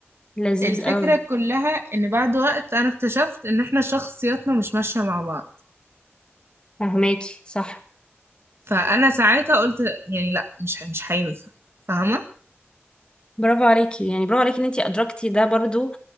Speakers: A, on the left; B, on the right.
A: لذيذ
B: الفكرة
A: قوي
B: كلها ان بعد وقت انا اكتشفت ان احنا شخصياتنا مش ماشية مع بعض
A: فهماكي صح
B: فانا ساعتها قلت يعني لا مش مش هينفع فاهمه
A: برافو عليكي يعني برافو عليكي ان انتي ادركتي ده برضو